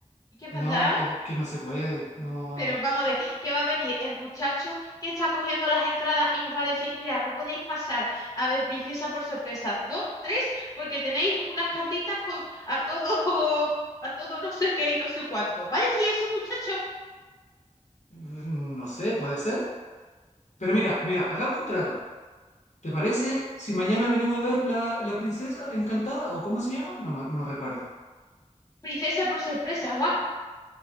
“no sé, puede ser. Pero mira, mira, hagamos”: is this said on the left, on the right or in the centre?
Left